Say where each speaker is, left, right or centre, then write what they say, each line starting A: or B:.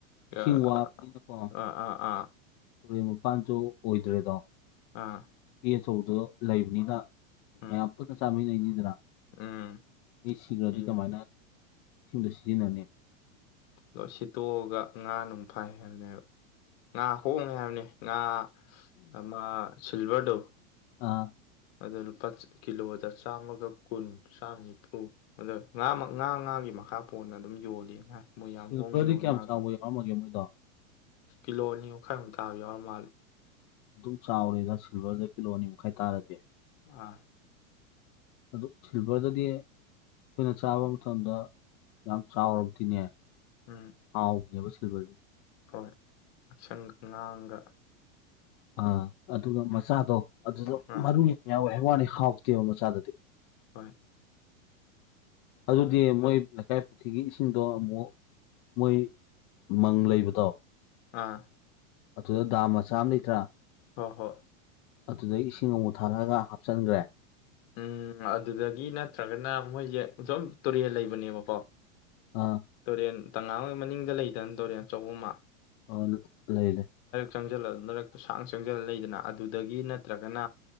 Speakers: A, on the left; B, on the left.
A: ꯏꯁꯤꯡ
B: ꯑꯥ
A: ꯋꯥꯕꯅꯤꯅꯀꯣ
B: ꯑꯥ ꯑꯥ
A: ꯇꯨꯔꯦꯟ ꯃꯄꯥꯟꯁꯨ ꯑꯣꯏꯗ꯭ꯔꯦꯗꯣ
B: ꯑꯥ
A: ꯑꯆꯧꯕꯗꯣ ꯂꯩꯕꯅꯤꯅ
B: ꯎꯝ
A: ꯃ ꯑꯨ ꯊ ꯁꯃꯤꯗꯤ ꯏꯗꯔꯥ
B: ꯎꯝ
A: <unintelligible> ꯃꯤ ꯁꯤꯈ꯭ꯔꯗꯤ
B: ꯏ-
A: ꯀꯃꯥꯏꯅ ꯏꯁꯤꯡꯗꯣ ꯁꯤꯖꯤꯟꯅꯅꯤ
B: ꯑꯗꯣ ꯁꯤꯠꯇꯣꯛꯑꯒ ꯉꯥ ꯅꯨꯡ ꯐꯥꯏ ꯍꯥꯏꯕꯅꯦꯕ ꯉꯥ ꯍꯣꯡꯉꯦ ꯍꯥꯏꯕꯅꯤ ꯉꯥ ꯑꯃ ꯁꯤꯜꯚꯔꯗꯣ
A: ꯑ
B: ꯑꯗꯣ ꯂꯨꯄꯥ ꯀꯤꯂꯣꯗ ꯆꯥꯝꯃꯒ ꯀꯨꯟ ꯆꯥꯝ ꯅꯤꯐꯨ ꯑꯗ ꯉꯥ ꯉꯥ ꯉꯥꯒꯤ ꯃꯈꯥ ꯄꯣꯟꯅ ꯑꯗꯨꯝ ꯌꯣꯜꯂꯦꯅ ꯍꯥꯏ ꯃꯣꯏ ꯌꯥꯝ
A: ꯁꯤꯜꯚꯔꯗꯤ
B: ꯍꯣꯡꯅ ꯌꯣꯟ
A: ꯀꯌꯥꯝ
B: ꯃꯥꯜꯂꯦ
A: ꯆꯥꯎꯕ ꯌꯥꯎꯔꯝꯃꯒꯦ ꯃꯣꯏꯗꯣ
B: ꯀꯤꯂꯣ ꯑꯅꯤ ꯃꯈꯥꯏꯃꯨꯛ ꯇꯥꯕ ꯌꯥꯎꯔ ꯃꯥꯂꯦ
A: ꯑꯗꯨꯝ ꯆꯥꯎꯔꯤꯗ ꯁꯤꯜꯚꯔꯗ ꯀꯤꯂꯣ ꯑꯅꯤ ꯃꯈꯥꯏ ꯇꯥꯔꯗꯤ
B: ꯑꯥ
A: ꯑꯗꯨꯣ ꯁꯤꯜꯕꯗꯗꯤꯌꯦ
B: ꯎꯝ
A: ꯑꯩꯈꯣꯏꯅ ꯆꯥꯕ ꯃꯇꯝꯗ ꯌꯥꯝ ꯆꯥꯎꯔꯕꯗꯤꯅꯦ
B: ꯎꯝ
A: ꯍꯥꯎꯕꯅꯦꯕ ꯊꯕꯦ
B: ꯍꯣꯏ ꯑꯁꯪꯒ ꯉꯥꯡꯒ
A: ꯑꯥ ꯑꯗꯨꯒ ꯃꯆꯥꯗꯣ ꯑꯗꯨꯗ
B: ꯑꯥ
A: ꯃꯔꯨ ꯌꯥꯝ ꯌꯥꯎꯋꯦ ꯋꯥꯅꯤ ꯍꯥꯎꯇꯦꯕ ꯃꯆꯥꯗꯨꯗꯤ
B: ꯍꯣꯏ
A: ꯑꯗꯨꯗꯤ
B: ꯑ ꯑꯗꯨꯝ
A: ꯃꯣꯏ ꯂꯩꯥꯏ ꯄꯨꯈ꯭ꯔꯤꯒꯤ ꯏꯁꯤꯡꯗꯣ ꯑꯃꯨꯛ ꯃꯣꯏ ꯃꯪ ꯂꯩꯕꯗꯣ
B: ꯑꯥ
A: ꯑꯗꯨꯗ ꯗꯥꯝ ꯃꯆꯥ ꯑꯃ ꯂꯩꯇ꯭ꯔꯥ꯫
B: ꯍꯣꯏ ꯍꯣꯏ꯫
A: ꯑꯗꯨꯗ ꯏꯁꯤꯡ ꯑꯃꯨꯛ ꯊꯥꯔꯛꯑꯒ ꯍꯥꯞꯆꯤꯟꯈ꯭ꯔꯦ꯫
B: ꯎꯝ ꯑꯗꯨꯗꯒꯤ ꯅꯠꯇ꯭ꯔꯒꯅ ꯃꯣꯏꯁꯦ ꯑꯁꯣꯝ ꯇꯨꯔꯦꯜ ꯂꯩꯕꯅꯦꯕꯀꯣ꯫
A: ꯑꯥ
B: ꯇꯨꯔꯦꯟ ꯇꯉꯥꯡ ꯍꯣꯏ ꯃꯅꯤꯡꯗ ꯂꯩꯗꯅ ꯇꯨꯔꯦꯟ ꯑꯆꯧꯕ ꯑꯃ꯫
A: ꯑ ꯂꯩ ꯂꯩ
B: ꯆꯪꯁꯤꯜꯂ ꯃꯔꯛꯇꯨ ꯁꯥꯡ ꯆꯪꯁꯤꯜꯂ ꯂꯩꯗꯅ ꯑꯗꯨꯗꯒꯤ ꯅꯠꯇ꯭ꯔꯒꯅ